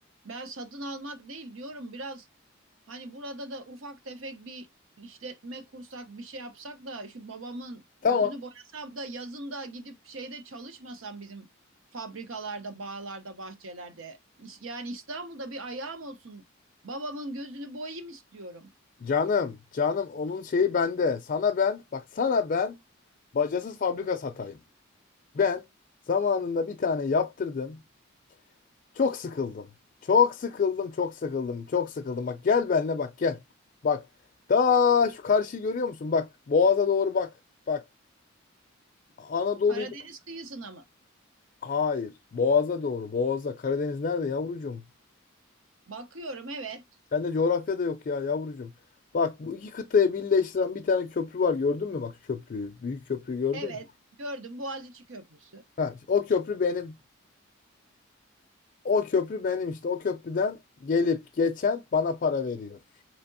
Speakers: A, on the right (about 70°); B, on the left (about 40°).
A: ben satın almak değil diyorum biraz Hani burada da ufak tefek bir işletme kursak, bir şey yapsak da şu babamın
B: Tamam.
A: gözünü boyasam da yazın da gidip şeyde çalışmasam bizim fabrikalarda, bağlarda, bahçelerde. İs- Yani İstanbul'da bir ayağım olsun. Babamın gözünü boyayım istiyorum.
B: Canım, canım onun şeyi bende. Sana ben, bak sana ben bacasız fabrika satayım. Ben zamanında bir tane yaptırdım. Çok sıkıldım. Çok sıkıldım, çok sıkıldım, çok sıkıldım. Bak gel benle bak gel. Bak daha şu karşıyı görüyor musun? Bak Boğaz'a doğru bak. Bak Anadolu
A: Karadeniz
B: ile...
A: kıyısına mı?
B: Hayır. Boğaz'a doğru. Boğaz'a. Karadeniz nerede yavrucuğum?
A: Bakıyorum evet.
B: Sende coğrafya da yok ya yavrucuğum. Bak bu iki kıtayı birleştiren bir tane köprü var gördün mü? Bak şu köprüyü. Büyük köprüyü gördün
A: Evet.
B: mü?
A: Gördüm Boğaziçi Köprüsü.
B: Ha, o köprü benim. O köprü benim işte. O köprüden gelip geçen bana para veriyor.